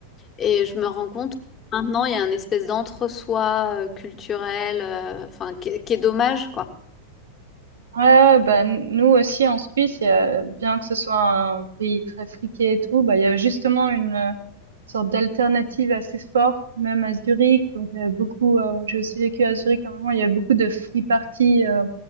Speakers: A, on the left; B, on the right.
A: Et je me rends compte que maintenant, il y a un espèce d'entre-soi euh, culturel, euh, enfin, qui, est qui est dommage, quoi.
B: Ouais, ouais, bah, n- nous aussi en Suisse, il y a- bien que ce soit un pays très friqué et tout, bah, il y avait justement une euh, sorte d'alternative assez forte, même à Zurich. Donc, il y avait beaucoup, euh, j'ai aussi vécu à Zurich à un moment, il y avait beaucoup de free parties euh,